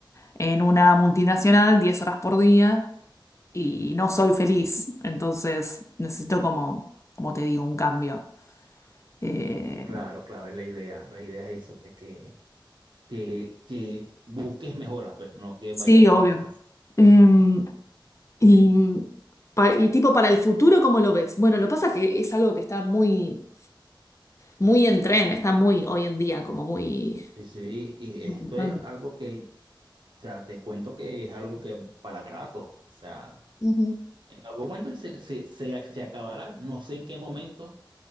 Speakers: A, on the left; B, on the right.
A: en una multinacional 10 horas por día. y no soy feliz. Entonces necesito como, como te digo, un cambio. Eh,
B: Claro, claro, es la idea. La idea es eso, pues, que, que, que busques mejoras, pues, no que
A: sí,
B: vayas para
A: obvio.
B: atrás.
A: Eh, y, pa- y tipo para el futuro, ¿cómo lo ves? Bueno, lo pasa que es algo que está muy, muy en tren, está muy hoy en día, como muy
B: Sí, sí, y
A: importante.
B: esto es algo que, o sea, te cuento que es algo que para rato, o sea,
A: Ujú.
B: en algún momento se, se, se, se acabará, no sé en qué momento,